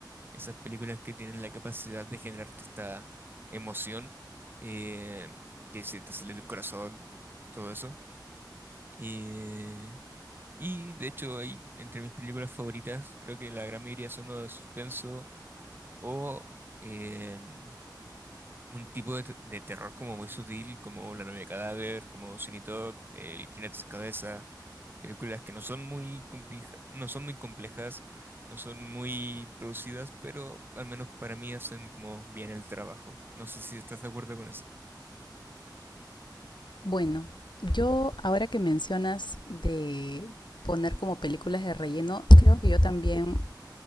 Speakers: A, on the right (about 25°); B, on the left (about 80°).
A: esas películas que tienen la capacidad de generarte esta emoción, eh, que se te acelera el corazón, todo eso. Y Y de hecho hay entre mis películas favoritas, creo que la gran mayoría son o de suspenso o em, un tipo de, te- de terror como muy sutil, como La novia cadáver, como Sweeney Todd, El jinete sin cabeza, películas que no son muy complejas, no son muy complejas, no son muy producidas, pero al menos para mí hacen como bien el trabajo. No sé si estás de acuerdo con eso.
B: Bueno, yo ahora que mencionas de poner como películas de relleno, creo que yo también